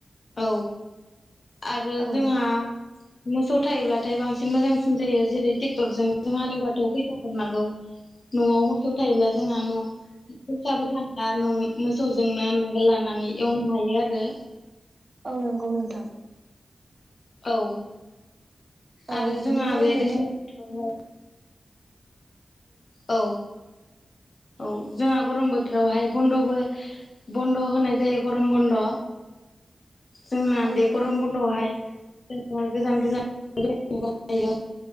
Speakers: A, on the left; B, on the right.
A: औ आरो
B: औ
A: जोंहा मोसौ थायोब्लाथाय बांसिन मोजांसिन जायो। जेरै ट्रेक्टरजों जों हालेवबाथ' फैसा हरनांगौ न'आव मोसौ थायोब्ला जोंहा न' फैसाबो थाला न' मोसौजोंनो नांगोलानानै एवनो हायो आरो।
B: औ नंगौ नोंथां
A: औ
B: औ
A: आरो
B: बिदिनो
A: जोंहा बे
B: नोंथां
A: दैज्लां बोथोरावहाय औ औ जोंहा गरम बोथोरावहाय बन्दबो बन्द' होनाय जायो गरम बन्द'। जोंना
B: औ
A: बे
B: नोंथां
A: गरम बन्द'आवहाय जों गोजान गोजान जायो